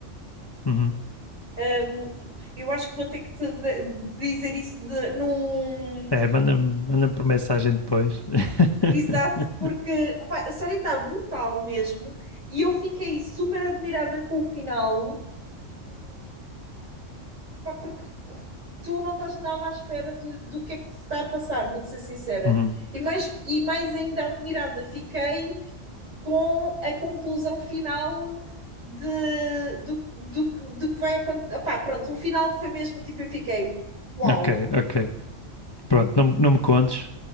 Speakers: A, on the left; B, on the right.
A: Uhum.
B: Ahm, eu acho que vou ter que te de- dizer isso de, num,
A: É, manda-me manda por mensagem depois. <laughs>
B: Exato, porque opá, a série está brutal mesmo e eu fiquei super admirada com o final, pá, porque tu não estás nada à espera do, do que é que te está a passar, vou-te ser sincera.
A: Uhum.
B: E mais, e mais ainda admirada fiquei com a conclusão final de, do, do, do que vai acontecer. Opá, pronto, o final foi mesmo tipo, eu fiquei, uau,
A: Ok, ok. Pronto, não, me- não me contes.